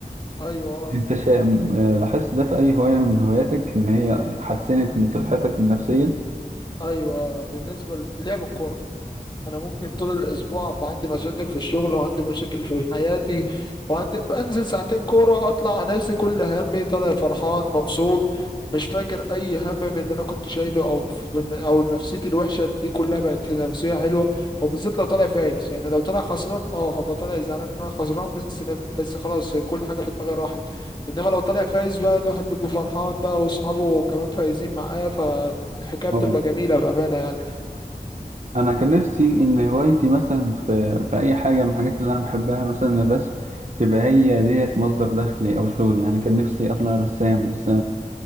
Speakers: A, on the left; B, on the right.
A: ايوه آه،
B: انت شا- آه، لاحظت ده في اي هواية من هواياتك ان هي حسنت من صحتك النفسية
A: ايوه بالنسبه للعب الكوره انا ممكن طول الاسبوع ابقى عندي مشاكل في الشغل وعندي مشاكل في حياتي وعندي بنزل ساعتين كوره اطلع ناسي كل همي طالع فرحان مبسوط مش فاكر اي هم من اللي انا كنت شايله او في- او نفسيتي الوحشه دي كلها بقت نفسيه حلوه وبالذات لو طالع فايز يعني لو طالع خسران اه هبقى طالع زعلان ان انا خسران بس نف- بس خلاص كل حاجه في دماغي راحت انما لو طالع فايز بقى الواحد بيبقى فرحان بقى واصحابه كمان فايزين معاه فالحكايه بتبقى
B: اه
A: جميله بامانه يعني
B: انا كان نفسي ان هوايتي مثلا في, في اي حاجة من الحاجات اللي انا بحبها مثلا الرسم تبقى هي ديت مصدر دخلي او شغلي يعني كان نفسي اطلع رسام بس